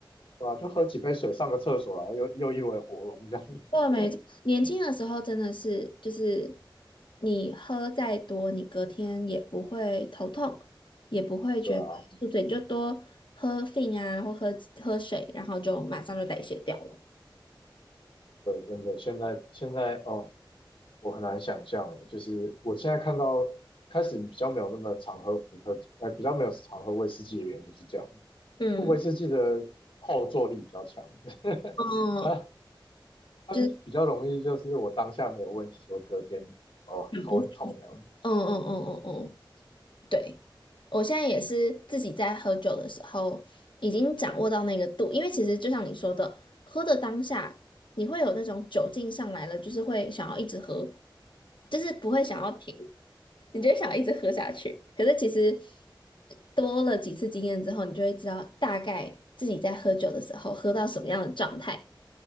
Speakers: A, on the left; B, on the left.
A: 对啊，就喝几杯水，上个厕所，然后又又一尾活龙这样。
B: 对啊，没错。
A: <laughs>
B: 年轻的时候真的是，就是你喝再多，你隔天也不会头痛，也不会觉得宿醉，
A: 对啊，
B: 你就多喝 f 啊，或喝喝水，然后就马上就代谢掉了。
A: 对，真的，现在现在哦，我很难想象欸，就是我现在看到开始比较没有那么常喝伏特，呃，比较没有常喝威士忌的原因就是这样，
B: 嗯
A: 威士忌的后坐力比较强，<laughs>
B: 嗯，
A: 啊，它比较容易就是我当下没有问题，
B: 就是
A: 说隔天哦头很痛这样。
B: 很不，嗯嗯嗯嗯嗯。对，我现在也是自己在喝酒的时候，已经掌握到那个度，因为其实就像你说的，喝的当下，你会有那种酒劲上来了，就是会想要一直喝，就是不会想要停。
A: 对啊，
B: 你就会想要一直喝下去。可是其实多了几次经验之后，你就会知道大概自己在喝酒的时候喝到什么样的状态，